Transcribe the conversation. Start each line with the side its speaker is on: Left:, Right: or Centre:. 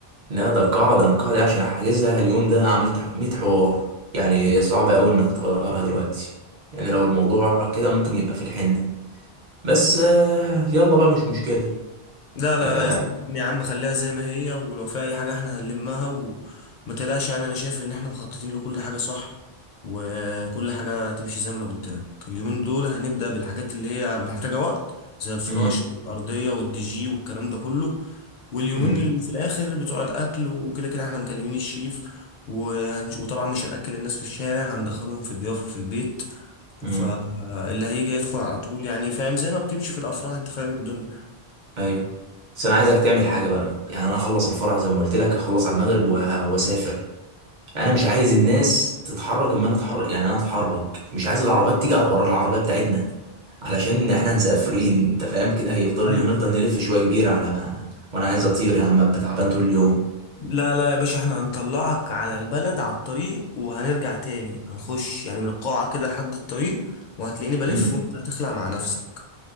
Right: لا ده القاعدة أنا القاعدة دي عشان أحجزها اليوم ده عملت ح- 100 حوار يعني صعب أوي إنك تغيرها دلوقتي يعني لو الموضوع كده ممكن يبقى في الحنة بس آه، يلا بقى مش مشكلة
Left: لا لا
Right: آه،
Left: لا اسمع مني يا عم خليها زي ما هي ولو في اي حاجه احنا هنلمها وما تقلقش يعني انا شايف ان احنا مخططين لكل حاجه صح وكل حاجه تمشي زي ما انا قلت لك اليومين دول هنبدا بالحاجات اللي هي محتاجه وقت زي الفراش
Right: مم،
Left: والارضيه والدي جي والكلام ده كله واليومين
Right: مم،
Left: اللي في الاخر بتوع الاكل وكده كده احنا مكلمين الشيف وهنش... وطبعا مش هنأكل الناس في الشارع هندخلهم في الضيافه في البيت
Right: مم،
Left: فاللي هيجي يدخل على طول يعني فاهم زي ما بتمشي في الافراح انت فاهم الدنيا
Right: أيوه بس أنا عايزك تعمل حاجة بقى يعني أنا هخلص الفرح زي ما قلت لك هخلص على المغرب وه- وأسافر انا مش عايز الناس تتحرك اما انا اتحرك يعني انا اتحرك مش عايز العربيات تيجي ورا العربيه بتاعتنا علشان احنا هنسافرين انت فاهم كده هيفضل
Left: ايوه
Right: هنفضل نلف شويه كبيره على ما وانا عايز اطير يا عم أبقى تعبان طول اليوم
Left: لا لا يا باشا احنا هنطلعك على البلد على الطريق وهنرجع تاني هنخش يعني من القاعة كده لحد الطريق وهتلاقيني بلف
Right: امم
Left: وانت هتخلع مع نفسك